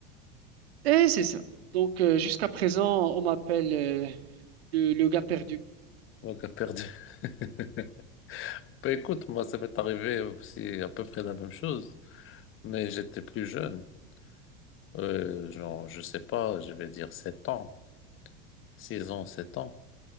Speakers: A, on the right; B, on the left.
A: Et c'est ça. Donc, euh, jusqu'à présent, on m'appelle euh, le, le gars perdu.
B: Donc, a perdu. <laughs> Bah, écoute, moi, ça m'est arrivé aussi à peu près la même chose, mais j'étais plus jeune. Euh, genre, je sais pas, je vais dire 7 ans, 6 ans, 7 ans.